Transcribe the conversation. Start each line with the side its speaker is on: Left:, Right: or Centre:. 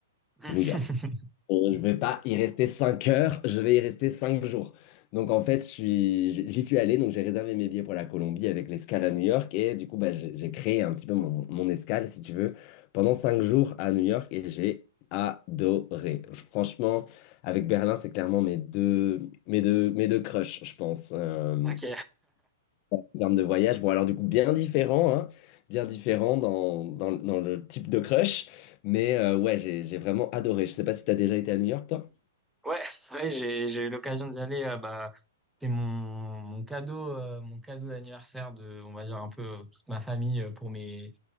Centre: <laughs>
Left: New York. Euh, Je ne vais pas y rester 5 heures, je vais y rester 5 jours. Donc en fait, je suis- j- j'y suis allé, donc j'ai réservé mes billets pour la Colombie avec l'escale à New York et du coup, bah, j'ai j'ai créé un petit peu mon, mon escale, si tu veux, pendant 5 jours à New York et j'ai adoré. Je- Franchement, avec Berlin, c'est clairement mes deux, mes deux, mes deux crushs, je pense, euh,
Centre: Ok.
Left: en termes de voyage. Bon, alors du coup, bien différent, hein, bien différent dans, dans, dans le type de crush, mais euh, ouais, j'ai j'ai vraiment adoré. Je sais pas si tu as déjà été à New York, toi.
Centre: Ouais, <laughs> ouais, j'ai j'ai eu l'occasion d'y aller. euh, bah, c'était mon mon cadeau, euh, mon cadeau d'anniversaire de, on va dire un peu euh, toute ma famille euh, pour mes